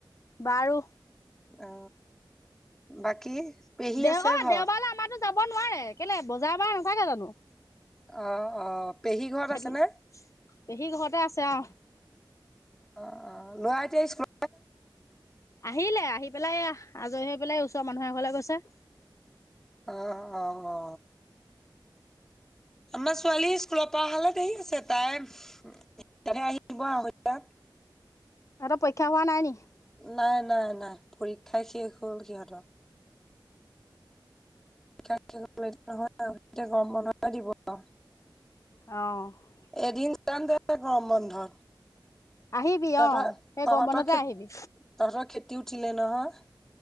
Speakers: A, on the left; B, in the centre.
A: বাৰু
B: অ বাকী। পেহী
A: দেওবাৰ
B: আছে ঘৰত
A: দেওবাৰলে আমাৰতো যাব নোৱাৰে কেলে বজাৰ বাৰ নাথাকে জানো।
B: অ অ পেহী ঘৰত
A: সেইটো
B: আছেনে?
A: পেহী ঘৰতে আছে অ।
B: অ অ লৰা এতিয়া স্কুলত,
A: আহিলে আহি পেলাই আজৰি হৈ পেলাই ওচৰৰ মানুহে এ ঘৰলে গৈছে।
B: অ অ অ অ। আমাৰ ছোৱালী স্কুলৰ পৰা অহালৈ দেৰি হৈছে তাই। তাই আহিব আঢ়ৈ টা।
A: সিহতৰ পৰীক্ষা হোৱা নাই নেকি?
B: নাই নাই নাই পৰীক্ষাই শেষ হ'ল সিহঁতৰ। নহয় এতিয়া গৰম বন্ধ দিব আউ।
A: অ
B: এদিন যাম দে গৰম বন্ধত।
A: আহিবি
B: তহঁতৰ
A: অ সেই
B: তহঁতৰ
A: গৰম বন্ধতে
B: খেতি
A: আহিবি।
B: তহঁতৰ খেতি উঠিলে নহয়।